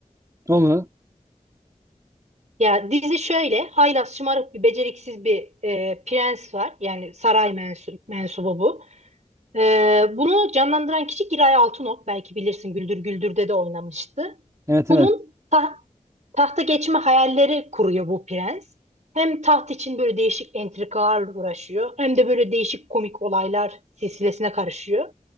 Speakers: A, on the right; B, on the right.
A: Olur.
B: Ya dizi şöyle, haylaz, şımarık bir, beceriksiz bir e, prens var. Yani saray mensu- mensubu bu. Ee, bunu canlandıran kişi Giray Altınok. Belki bilirsin Güldür Güldür'de de oynamıştı.
A: Evet
B: Bunun
A: evet.
B: ta- tahta geçme hayalleri kuruyor bu prens. Hem taht için böyle değişik entrikalarla uğraşıyor hem de böyle değişik komik olaylar silsilesine karışıyor.